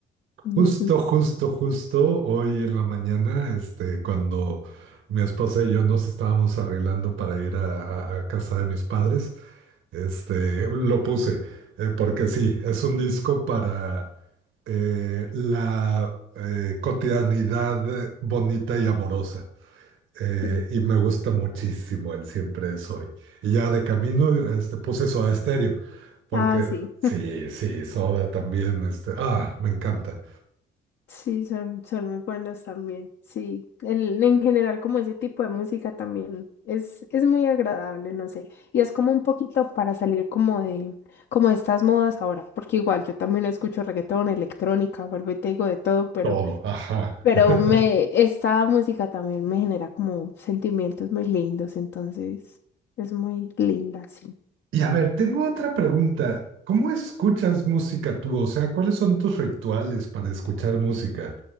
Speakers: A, on the left; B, on the right.
A: Es-
B: Justo, justo, justo hoy en la mañana, este, cuando mi esposa y yo nos estábamos arreglando para ir a, a- a casa de mis padres, este, lo puse, eh, porque sí, es un disco para eh, la eh, cotidianidad bonita y amorosa. eh,
A: <laughs> sí.
B: y me gusta muchísimo el Siempre es hoy. Y ya de camino, este, puse Soda Stereo, porque
A: Ah, sí.
B: sí, sí, Soda también, este, ah, me encanta.
A: Sí, son, son muy buenos también. Sí, en, en general como ese tipo de música también es, es muy agradable, no sé. Y es como un poquito para salir como de, como de estas modas ahora, porque igual yo también escucho reggaetón, electrónica, vuelvo y te digo de todo, pero,
B: Todo, ajá.
A: pero
B: <laughs>
A: me, esta música también me genera como sentimientos muy lindos, entonces es muy linda, sí.
B: Y a ver, tengo otra pregunta. ¿Cómo escuchas música tú? O sea, ¿cuáles son tus rituales para escuchar música?